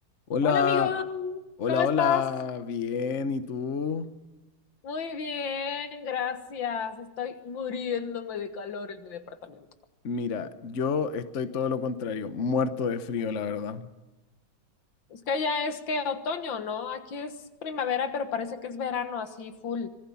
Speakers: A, on the left; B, on the left.
A: Hola,
B: Hola amigo,
A: hola,
B: ¿cómo estás?
A: hola, bien, ¿y tú?
B: Muy bien, gracias. Estoy muriéndome de calor en mi departamento.
A: Mira, yo estoy todo lo contrario, muerto de frío, la verdad.
B: Es que allá es que otoño, ¿no? Aquí es primavera, pero parece que es verano así full.